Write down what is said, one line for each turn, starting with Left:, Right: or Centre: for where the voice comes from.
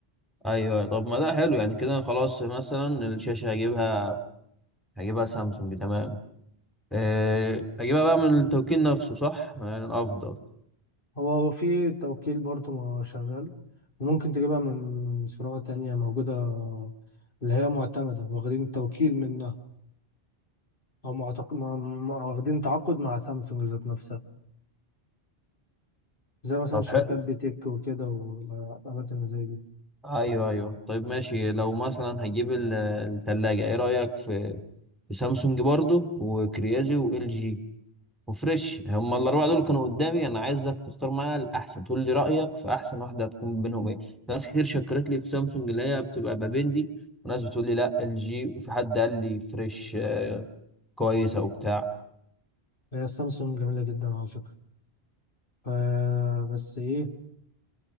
Centre: ايوه طب ما ده حلو يعني كده خلاص مثلا الشاشه هجيبها هجيبها سامسونج تمام أه اجيبها بقى من التوكيل نفسه صح يعني الافضل
Left: هو في توكيل برضه ما شغال وممكن تجيبها من فروع تانية موجودة اللي هي معتمدة واخدين توكيل منها أو معتق... ما... ما... واخدين تعاقد مع سامسونج ذات نفسها زي مثلا
Centre: طب
Left: شركات
Centre: حلو
Left: بيتك وكده والأماكن زي دي
Centre: ايوه ايوه طيب ماشي لو مثلا هجيب ال- التلاجة ايه رايك في في سامسونج برضو وكريازي وال جي وفريش هم الاربعه دول كانوا قدامي انا عايزك تختار معايا الاحسن تقول لي رايك في احسن واحده هتكون بينهم ايه ناس كتير شكرت لي في سامسونج اللي هي بتبقى بابندي وناس بتقول لي لا ال جي وفي حد قال لي فريش آه، كويسه وبتاع
Left: هي سامسونج جميلة جدا على فكرة ف... بس إيه